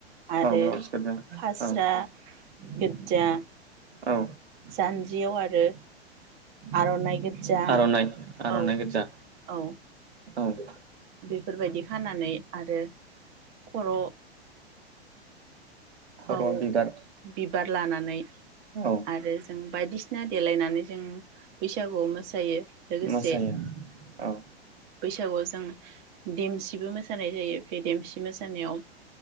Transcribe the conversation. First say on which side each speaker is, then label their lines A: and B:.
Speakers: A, on the right; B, on the right.
A: आरो
B: औ ब्लाउस गोजा
A: फास्रा
B: औ
A: गोजजा
B: औ।
A: जान्जियाव आरो आर'नाइ गोज्जा
B: आर'नाइ आर'नाइ
A: औ
B: गोजा
A: औ
B: औ
A: बेफोरबायदि खानानै आरो खर'
B: खर'आव
A: आव
B: बिबार
A: बिबार लानानै
B: औ
A: आरो जों बायदिसिना देलायनानै जों बैसागुआव मोसायो। लोगोसे
B: मोसायो औ
A: बैसागुआव जों देमसिबो मोसानाय जायो बे देमसि मोसानायाव